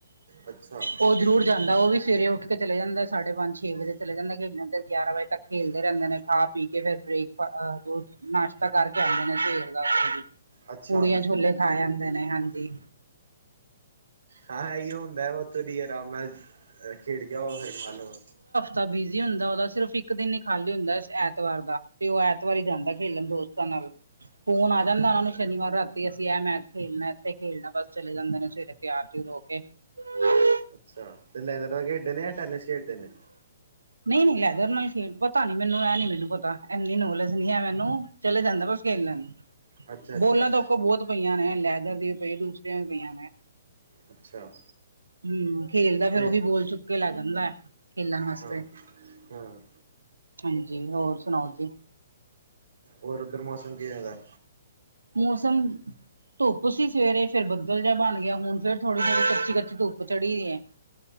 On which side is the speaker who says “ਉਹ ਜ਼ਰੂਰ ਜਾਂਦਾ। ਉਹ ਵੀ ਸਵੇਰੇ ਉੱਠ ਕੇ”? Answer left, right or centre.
Right